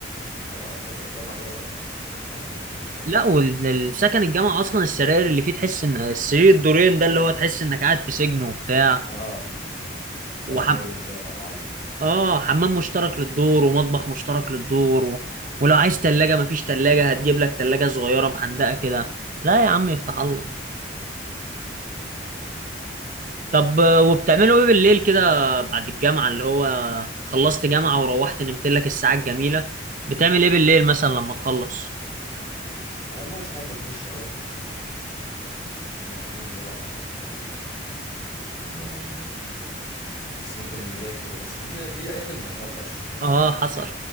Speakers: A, on the left; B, on the right.
A: فلا سكن الجامعه ده ما- مش احسن اوبشن خالص
B: لا والسكن
A: يعني
B: الجامعة اصلا السراير اللي فيه تحس ان السرير الدورين ده اللي هو تحس انك قاعد في سجن وبتاع
A: اه حاسس
B: وحم
A: ان هي زنزانه او عمرو
B: اه حمام مشترك للدور ومطبخ مشترك للدور و... ولو عايز تلاجة مفيش تلاجة هتجيب لك تلاجة صغيرة محندقة كده لا يا عم يفتح الله طب آه، وبتعملوا ايه بالليل كده بعد الجامعة اللي هو خلصت جامعة وروحت نمت لك الساعة الجميلة بتعمل ايه بالليل مثلا لما تخلص
A: والله ساعات بشوف الشباب ن- ننزل نقعد على القهوه شويه ن... بس ممكن نذاكر بس دينا دي ايام الامتحانات بس يعني
B: اه حصل